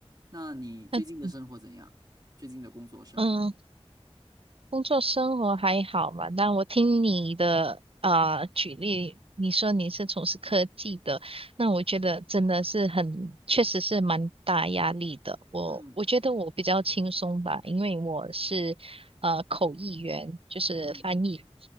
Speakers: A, on the right; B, on the right.
A: 那你最近的生活怎样？
B: 那
A: 最近的工作生活？
B: 嗯工作生活还好嘛？但我听你的啊、呃举例，你说你是从事科技的，那我觉得真的是很，确实是蛮大压力的。我我觉得我比较轻松吧，
A: 嗯
B: 因为我是呃口译员，就是翻译。
A: 嗯